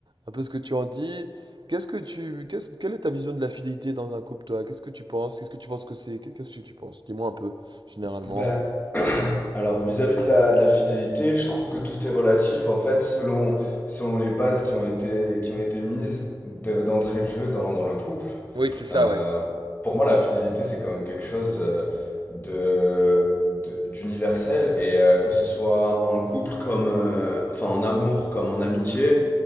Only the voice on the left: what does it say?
Ben, alors vis-à-vis de la, de la fidélité, je trouve que tout est relatif en fait selon, selon les bases qui ont été, qui ont été mises de- d'entrée de jeu dans, dans le couple.
Euh,
pour moi, la fidélité, c'est quand même quelque chose euh, de, de- d'universel et euh, que ce soit en couple comme, euh, enfin en amour comme en amitié,